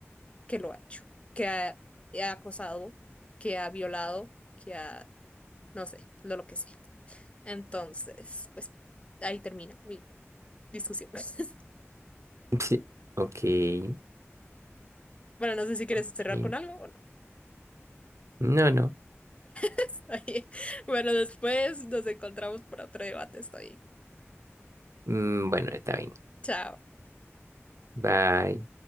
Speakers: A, on the left (about 25°); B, on the right (about 85°).
A: que lo ha hecho, que ha, ha acosado, que ha violado, que ha, no sé, lo, lo que sea. Entonces, pues ahí termina mi discusión. <laughs>
B: Sí. Ok.
A: Bueno, no sé si quieres
B: ok.
A: cerrar con algo. Bueno,
B: No, no.
A: <laughs> está bien. Bueno, después nos encontramos para otro debate. Estoy.
B: Mm, bueno, está bien.
A: Chao.
B: Bye.